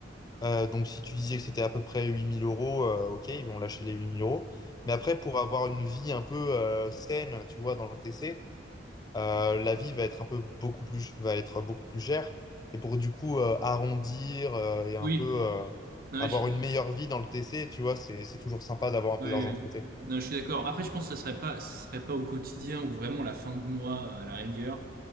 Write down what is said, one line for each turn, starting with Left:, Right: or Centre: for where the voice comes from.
Left: Euh, donc, si tu disais que c'était à peu près 8000 euros, euh, ok, ils vont lâcher les 8000 euros. Mais après, pour avoir une vie un peu euh, saine, tu vois, dans le TC, euh, la vie va être un peu beaucoup plus, va être beaucoup plus chère. Et pour du coup euh, arrondir euh, et un
Right: Oui,
Left: peu euh,
Right: non,
Left: avoir
Right: je suis,
Left: une meilleure vie dans le TC, tu vois, c'est c'est toujours sympa d'avoir un peu
Right: oui,
Left: d'argent
Right: oui.
Left: de côté.
Right: Non, je suis d'accord. Après, je pense que ce serait pas, ce serait pas au quotidien ou vraiment la fin de mois à la rigueur.